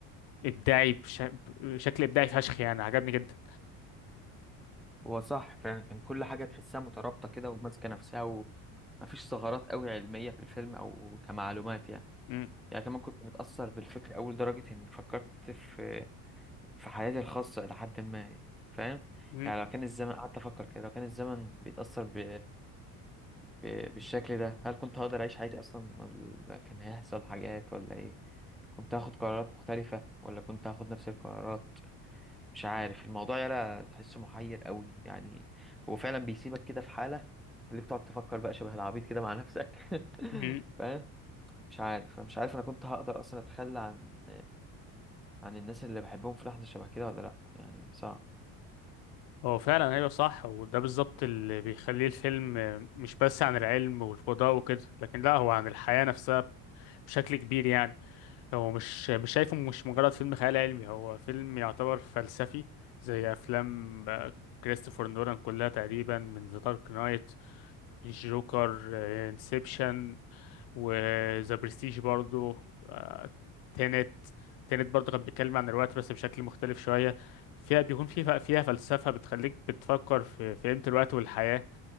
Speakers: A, on the left; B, in the centre.
A: إبداعي بش... بشكل إبداعي فشخ يعني عجبني جدا
B: هو صح فعلا كان كل حاجة تحسها مترابطة كده وماسكة نفسها ومفيش ثغرات قوي علمية في الفيلم او كمعلومات يعني
A: مم.
B: يعني كمان كنت متأثر بالفكر أول درجة إني فكرت في في حياتي الخاصة إلى حد ما فاهم
A: مم.
B: يعني لو كان الزمن قعدت أفكر كده لو كان الزمن بيتأثر ب... ب... بالشكل ده هل كنت هقدر أعيش حياتي أصلا ولا كان هيحصل حاجات ولا إيه كنت هاخد قرارات مختلفة ولا كنت هاخد نفس القرارات مش عارف الموضوع يلا تحسه محير قوي يعني هو فعلا بيسيبك كده في حالة خليك تقعد تفكر بقى شبه العبيط كده مع نفسك <laughs>
A: مم.
B: فاهم مش عارف مش عارف انا كنت هقدر اصلا اتخلى عن عن الناس اللي بحبهم في لحظة شبه كده ولا لأ يعني صعب
A: هو فعلا أيوه صح وده بالظبط اللي بيخليه الفيلم مش بس عن العلم والفضاء وكده لكن لا هو عن الحياة نفسها بشكل كبير يعني هو مش مش شايفه مش مجرد فيلم خيال علمي هو فيلم يعتبر فلسفي زي افلام آه، كريستوفر نولان كلها تقريبا من ذا دارك نايت جوكر انسبشن وذا برستيج برضو آه، تينت تينت برضو كان بيتكلم عن الوقت بس بشكل مختلف شوية فيها بيكون فيها فيها فلسفة بتخليك بتفكر في في قيمة الوقت والحياة